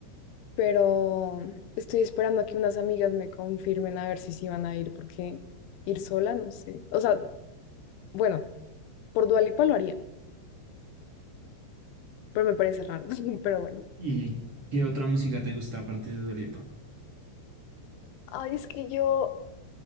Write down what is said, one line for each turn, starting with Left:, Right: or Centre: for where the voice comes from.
Left: pero estoy esperando a que unas amigas me confirmen a ver si sí van a ir, porque ir sola, no sé. O sea, bueno, por Dua Lipa lo haría, pero me parece raro, <laughs> pero bueno.
Right: ¿Y qué otra música te gusta aparte de Dua Lipa?
Left: Ay, es que yo,